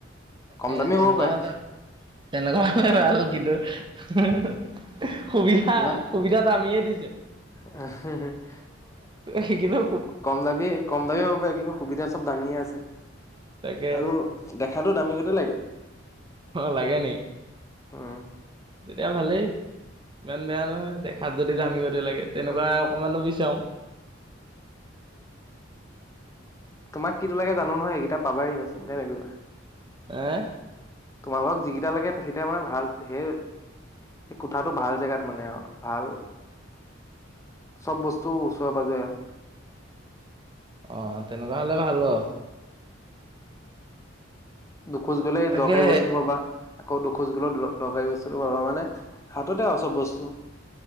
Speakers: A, on the right; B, on the left.
A: তাকে
B: কম দামী
A: তেনেকুৱা
B: হ'ব পাৰে
A: হলে, তেনেকুৱা হলে ভাল। কিন্তু সুবিধা।
B: ইমান
A: সুবিধা মামীয়ে দিছে।
B: <unintelligible>
A: শিকিলো।
B: কম দামী -কম দামী হ'ব পাৰে। কিন্তু সুবিধা চব দামীয়ে আছে।
A: তাকে
B: আৰু দেখাতটো দামী গতে লাগে।
A: অ' লাগে নে
B: হম।
A: তেতিয়া ভালেই ইমান বেয়া নহয়, দেখাত যদি দামী লাগে। তেনেকুৱা
B: হুম।
A: অকমানো বিচাও।
B: তোমাক কিটো লাগে জানো নহয়, এইকেইটা পাবাই। চিন্তাই নকৰিবা।
A: এহ।
B: আমাক যিকেইটা লাগে সেই মানে ভাল ধেৰ। সেই কোঠাটো ভাল জেগাত মানে আও। ভাল চব বস্তু ওচৰে-পাঁজৰে আৰু
A: অ তেনেকুৱা হলে ভাল বাও
B: খোজ গলেই
A: তাকে
B: দৰকাৰী বস্তুতটো পাবা আকৌ দুখোজ গলত দৰকাৰী বস্তুটো পাবা মানে, হাততে আৰু চব বস্তু